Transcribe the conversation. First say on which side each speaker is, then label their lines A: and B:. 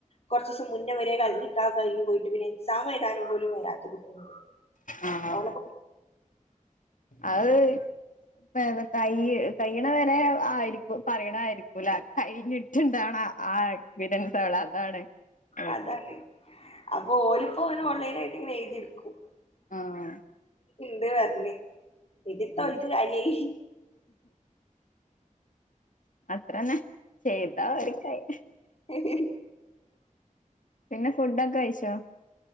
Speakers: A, on the left (about 50°); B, on the left (about 70°).
A: കുറച്ചീസം മുന്ന വരെ ക നിക്കാഹ് കഴിഞ്ഞിട്ട് പോയിട്ട് പിന്നെ എക്സാം എഴുതാനും പോലും വരാത്ത കുട്ടികളു ണ്ട്
B: ആഹ്
A: ഓല പ്പൊ
B: അത് കൈ കയ്യ്ണ വരെ ആയിരിക്കും പറയണയിരിക്കൂല കഴിഞ്ഞിട്ട് റ്റ് ണ്ടാവണ ആ എക്സ്പീരിയൻസ്ള അതാണ് അവൾക്ക്
A: അതാണ് അപ്പൊ ഓലിപ്പോ ഓൺലൈൻ ആയിട്ട്ങ്ങനെ എഴുതിട്ക്കും
B: ആഹ്
A: ണ്ട് പറഞ്ഞ് ഇതിത
B: ഉം
A: ഓല്ക് കാര്യായി
B: അത്രന്നെ ചെയ്താ അവർക്കായി
A: ഹ് ഹ്
B: പിന്നെ ഫുഡൊക്കെ കഴിച്ചോ?